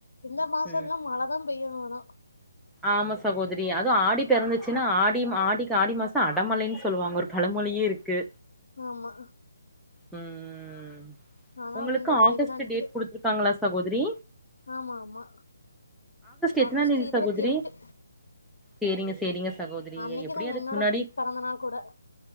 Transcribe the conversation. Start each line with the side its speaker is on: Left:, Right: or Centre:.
Left: இந்த மாசல்லா
Centre: ம்
Left: மல ககம் பெய்ய வேணா
Centre: ஆமா சகோதரி அதுவு ஆடி பெறந்துச்சுனா ஆடிம் ஆடிகு ஆடி மாச அடமலைனு சொல்வாங்க ஒரு பழமொழியே இருக்கு
Left: ஆமா
Centre: ம்
Left: ஆனா
Centre: உங்களுக்கு
Left: இங்க வெயிலுதா
Centre: ஆகஸ்ட்
Left: அடிக்குது
Centre: டேட் குடுத்துருக்காங்களா சகோதிரி
Left: ஆமா ஆமா
Centre: எத்தனா
Left: ஆகஸ்ட்
Centre: தேதி
Left: இருவத்
Centre: சகோதரி
Left: எட்டு
Centre: சேரிங்க சேரிங்க சகோதிரி
Left: அன்னைக்குதா
Centre: எப்டியு அதுக்கு
Left: என்னோட
Centre: முன்னாடி
Left: பிறந்த நாள் கூட